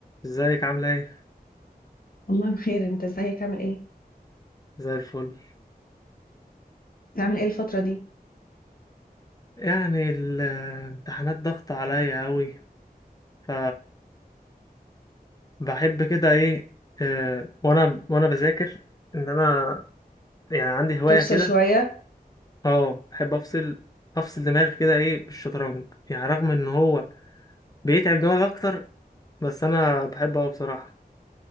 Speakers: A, on the left (about 25°); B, on the left (about 65°).
A: ازيك عاملة ايه؟
B: والله بخير انت ازيك عامل ايه
A: زي الفل
B: بتعمل ايه الفترة دي
A: يعني الامتحانات ضغط عليا اوي ف بحب كده ايه اه وانا وانا بذاكر ان انا يعني عندي هواية
B: تفصل
A: كده
B: شوية
A: اه بحب افصل افصل دماغي كده ايه بالشطرنج يعني رغم ان هو بيتعب دماغي اكتر بس انا بحبه اوي بصراحة